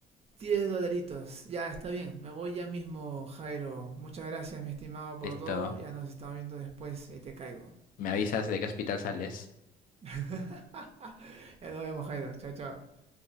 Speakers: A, on the right; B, on the left.
A: 10 dolaritos. Ya, está bien. Me voy ya mismo, Jairo. Muchas gracias, mi estimado, por
B: Listo.
A: todo. Ya nos estamos viendo después. Ahí te caigo.
B: Me avisas de qué hospital sales.
A: <laughs> ya nos vemos, Jairo. Chao, chao.